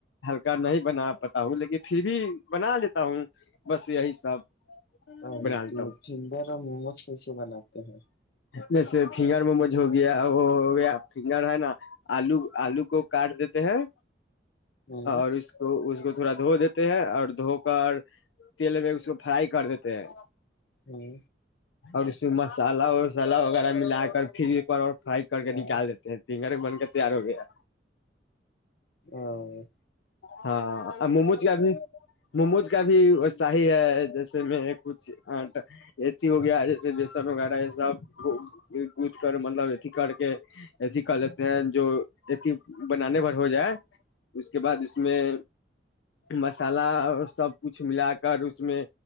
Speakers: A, on the left; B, on the left.
A: نہیں بنا آپ پتاؤ لیکن بنا لیتا ہوں بس یہی سب
B: ہاں
A: بنا لیتا
B: تو
A: ہوں
B: فنگگر اور موموز کیسے بناتے ہیں
A: جیسے فنگر مموج ہو گیا وہ ہو گیا فنگر ہے نا آلو آلو کو کاٹ دیتے ہیں
B: ہ
A: اور اس کو اس کو تھوڑ دھو د ہیں اور دھو کر تیل میں اس کو فرائی کر دیتے ہیں
B: ہوں
A: اور اس میں مسالہ وسالا وغیرہ ملا کر پھر ایک بار اور فرائی کر
B: ہاں
A: کے نکال دیتے ہیں ڈگار بن کر تیار ہو گیا
B: ہاں
A: ہاں ممو کیاد موموز کا بھی ص ہی ہے جیسے میں کچھ ایھی ہو گیا جیسے بیسن وغیرہ یہ سب گد کر مطلب اھی کر کے ایھی کر لیتے ہیں جو اھی بنانے پرھر ہو جائے اس کے اس میں مسالہ سب کچھ ملا کر اس میں